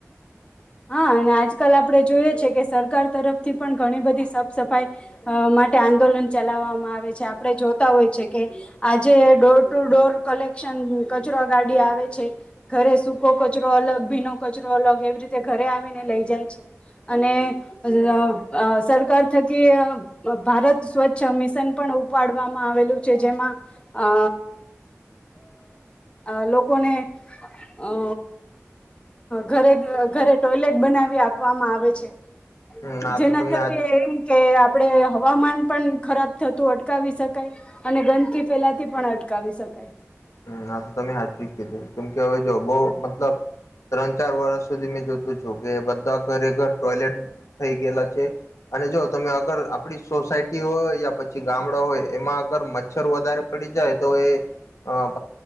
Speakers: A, on the left; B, on the left.
A: હા અને આજકાલ આપણે જોઈએ છે કે સરકાર તરફથી પણ ઘણી બધી સાફ સફાઈ માટે આંદોલન ચલાવવામાં આવે છે આપડે જોતા હોય છે કે આજે ડોર ટુ ડોર કલેક્શન કચરો ગાડી આવે છે ઘરે સૂકો કચરો અલગ ભીનો કચરો અલગ એવી ર તે ઘરે આવીને લઈ જાય છે અને અ સરકાર થકી ભારત સ્વચ્છ મિશન પણ ઉપાડવામાં આવેલું છે જેમાં અ અ લોકોને અ ઘરે ઘરે ટોયલેટ બનાવી આપવામાં આવે છે.
B: હમ આ
A: જેના
B: તો તમને
A: થકી
B: આજ
A: એમ કે આપડે હવામાન પણ ખરાબ થતું અટકાવી શકાય અને ગંદકી ફેલાતી પણ અટકાવી શકાય.
B: હ આ તો તમે હાચુ કીધું કેમ કે હવે જો બહ મતલબ ત્રણ ચાર વર્ષ સુધી જોતો છું કે બધા ઘરે ઘર ટોયલેટ થઈ ગયેલા છે અને જો તમે અગર આપડી સોસાયટી હોય યા પછી ગામડા હોય એમાં અગર મચ્છર વધારે પડી જાય તો એ અ